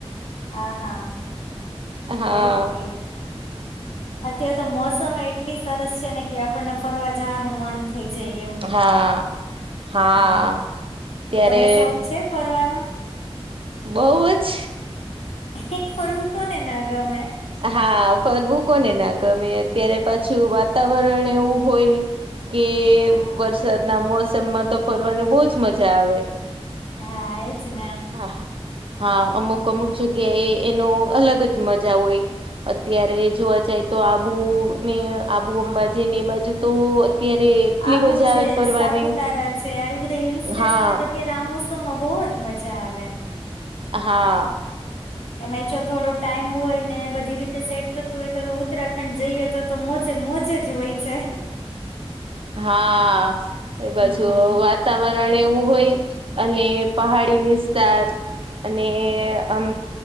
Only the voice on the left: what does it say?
હા હા
ઓકે. અત્યારે તો મોસમ એટલી સરસ છે ને કે આપણને ફરવા જવાનું મન થઈ જાય એવું
હમ્મ.
તમને શોખ છે ફરવાનો?
એક ફરવું કોને ના ગમે.
હા
હા એજ ના
આબુ
છે
સાપુતારા છે આવી બધા હિલ સ્ટેશનત્યારે
આ મોસમમાં બહુ જ મજા આવે.
એમાં જો થોડો ટાઈમ હોય ને બધી રીતે સેટ થતું હોય તો ઉત્તરાખંડ જઈએ તો તો મોજે મોજેજ હોય છે.
હમ